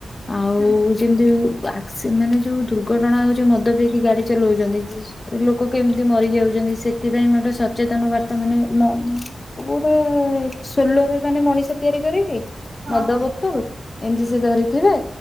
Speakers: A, on the left; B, on the right.
A: ଆଉ
B: ହୁଁ
A: ଯେମିତି ଆସ୍କି ମାନେ ଯୋଉ ଦୁର୍ଘଟଣା ହଉଛି ମଦ ମଦ ପିକି ଗାଡି ଚଲାଉଛନ୍ତି ଲୋକ କେମିତି ମରିଯାଉଛନ୍ତି ସେଥିପାଇଁ ଗୋଟେ ସଚେତନ ବାର୍ତ୍ତା ମାନେ ମୋ ବହୁତ୍ ସୋଲୋରେ ମାନେ ମଣିଷ ତିଆରି କରିକି
B: ହଁ
A: ମଦ
B: ହଁ
A: ବୋତଲ ଏମିତି ସେ ଧରିଥିବେ